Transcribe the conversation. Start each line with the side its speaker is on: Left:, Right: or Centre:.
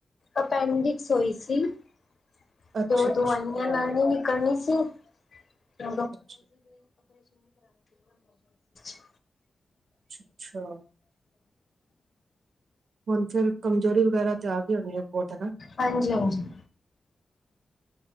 Left: ਅਪੈਂਡਿਕਸ ਹੋਈ ਸੀ ਉਹ
Right: ਅੱਛਾ ਅੱਛਾ
Left: ਦਵਾਈਆਂ
Right: ਅੱਛਾ
Left: ਨਾਲ ਨਹੀਂੀ ਨਿਕਲਣੀ ਸੀ ਕੀ
Right: ਅੱਛਾ
Left: <inaudible> <inaudible>
Right: ਅੱਛ ਅੱਛਾ <inaudible> ਕਮਜ਼ੋਰੀ ਵਗੈਰਾ ਤਿਆ ਵੀ ਹੋਣੀ ਹੈ ਬਹੁਤ ਹਨਾ
Left: ਹਾਂਜੀ ਹਾਂਜੀ